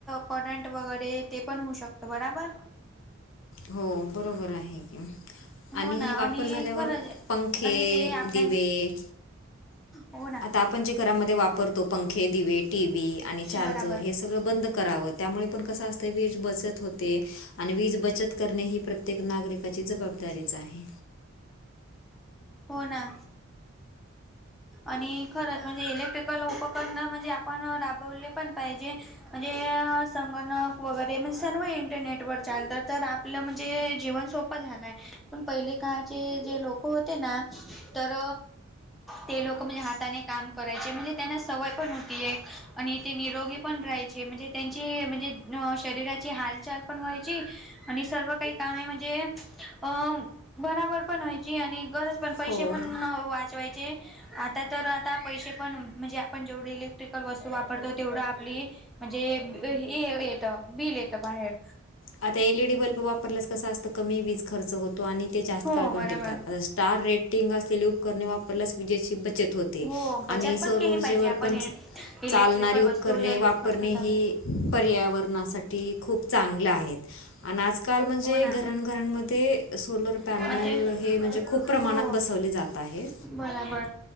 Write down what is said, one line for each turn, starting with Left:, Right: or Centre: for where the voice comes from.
Centre: करंट वगैरे ते पण होऊ शकतं बराबर
Left: हो बरोबर आहे की
Centre: हो
Left: आणि
Centre: ना
Left: वापर झाल्यावर
Centre: खरंच
Left: पंखे
Centre: आणि ते आपल्या
Left: दिवे
Centre: हो ना
Left: आ आपण घरा वापतो पंखे दिी आणि चार्जर
Centre: बराबर
Left: हे सगळं बंद करावं त्यामुळे पण कसं असतं वीज बचत होते आणि वीज बचत करणे ही प्रत्येक नागरिकाची जबाबदारीच आहे
Centre: पोना आणि खरंच म्हणजे इलेक्ट्रिकल उपकरण म्हणजे आपण राबवले पण पाहिजे म्हणजे संगणक वगैरे म्हणजे सर्व इंटरनेट वर चालतात तर आपलं म्हणजे जीवन सोप झालाय पण पहिले काळचे जे लोक होते ना तर ते लोक म्हणजे हाताने काम करायचे म्हणजे त्यांना सवय पण होती एक आणि ते निरोगी पण राहायचे म्हणजे त्यांची म्हणजे शरीराची हालचाल पण व्हायची आणि सर्व काही काम आहे म्हणजे अ बराबर पण व्हायची आणि गरज पण पैसे
Left: हो
Centre: पण वाचवायचे आता तर आता पैसे पण म्हणजे आपण जेवढी इलेक्ट्रिकल वस्तू वापरतो तेवढं आपली म्हणजे हे येत बिल येत बाहेर
Left: आता एलईडी बल्ब वापरल्यास कसा असत कमी वीज खर्च होतो आणि ते जास्त
Centre: हो
Left: काळ पण
Centre: बरोबर
Left: टिकतात स्टार रेटिंग असलेले उपकरणे वापरल्यास विजेची बचत होते
Centre: हो बचत
Left: आणि सौर
Centre: पण केली
Left: ऊर्जेवर
Centre: पाहिजे आपण
Left: पण
Centre: इलेक्ट्रिकल
Left: चालणारी उपकरणे
Centre: वस्तू जर यूज
Left: वापरणे
Centre: करतो
Left: ही
Centre: तर
Left: पर्यावरणासाठी खूप चांगले आहेत आणि आजकाल म्हणजे
Centre: हो ना
Left: घर उकरणमध्ये सोलर पॅनल
Centre: म्हणजे
Left: हे म्हणजे खूप प्रमाणात
Centre: हो
Left: बसवले जात आहे
Centre: बराबर